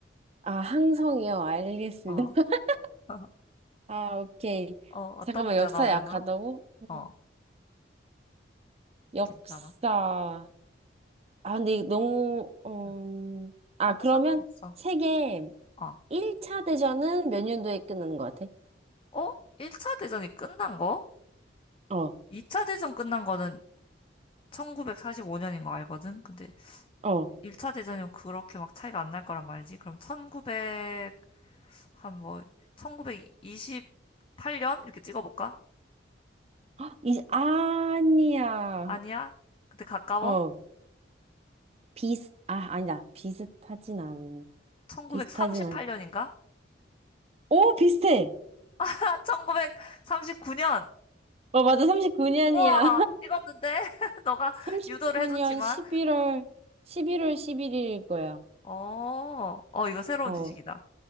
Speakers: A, on the right; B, on the left.
A: 아, 항성이요. 알겠습니다.
B: 어.
A: <laughs>
B: <laughs>
A: 아, 오케이.
B: 어, 어떤
A: 잠깐만,
B: 문제
A: 역사
B: 가 나오려나?
A: 약하다고? 음,
B: 어,
A: 역사.
B: 괜찮아.
A: 아, 근데 이거 너무,
B: 응.
A: 음, 아,
B: 아무
A: 그러면
B: 상관없어.
A: 세계
B: 어.
A: 1차 대전은 몇 년도에 끝나는 것 같아?
B: 어? 1차 대전이 끝난 거?
A: 어,
B: 2차 대전 끝난 거는 1945년인 거 알거든? 근데
A: 어.
B: 1차 대전이면 그렇게 막 차이가 안 날 거란 말이지. 그럼 1900, 한 뭐, 1928년? 이렇게 찍어볼까?
A: <gasps> 헉, 이, 아니야.
B: 아니야? 근데 가까워?
A: 어, 비슷, 아, 아니다. 비슷하진 않,
B: 1938년인가?
A: 비슷하진 않. 오, 비슷해!
B: 아, 1939년!
A: 어, 맞아. 39년이야.
B: 우와, 찍었는데? <laughs> 너가
A: 39년
B: 유도를 해줬지만.
A: 11월, 11월 11일일 <laughs> 거야.
B: 어, 어, 이거 새로운
A: 어.
B: 지식이다.